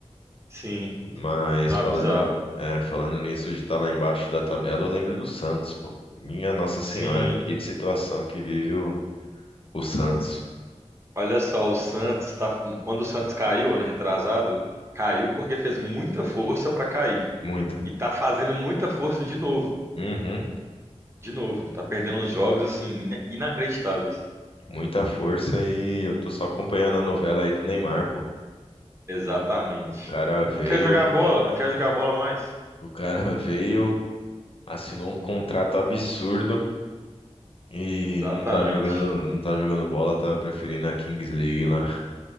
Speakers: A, on the right (about 25°); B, on the left (about 55°).
A: Sim.
B: Mas
A: Não,
B: falando,
A: é bizarro.
B: é, falando nisso de estar lá embaixo da tabela, eu lembro do Santos, pô. Minha Nossa Senhora,
A: Sim.
B: que situação que vive o, o Santos.
A: Olha só, o Santos tá. Quando o Santos caiu, ano retrasado, caiu porque fez muita força pra cair.
B: Muita.
A: E tá fazendo muita força de novo.
B: Uhum,
A: De novo. Tá perdendo uns jogos, assim, ina- inacreditáveis.
B: muita força e eu tô só acompanhando a novela aí do Neymar, pô.
A: Exatamente.
B: O cara veio,
A: Não quer jogar bola, não quer jogar bola mais.
B: o cara <laughs> veio, assinou um contrato absurdo. E
A: Exatamente.
B: não tá jogando, não tá jogando bola, tá preferindo a Kings League lá.